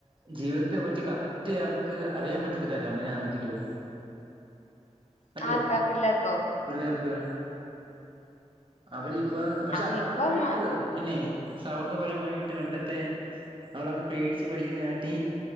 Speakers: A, on the right; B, on the left.
A: ജീവിതത്തെ പറ്റി കറക്റ്റ് അവർക്ക് അറിയാൻ പറ്റത്തില്ലല്ലോ അങ്ങനെയാണെങ്കിലും അല്ലെ
B: ആർക്കാ പിള്ളെർക്കോ
A: പിള്ളേർക്ക് അവരിപ്പോ പക്ഷെ
B: അത്
A: അതാണ്
B: ഇപ്പം
A: വേണ്ടതും അല്ലേ സൗഹൃദപരമായിട്ട് പണ്ടത്തെ അ <unintelligible> പേടിച്ച് പഠിക്കുന്ന കാട്ടി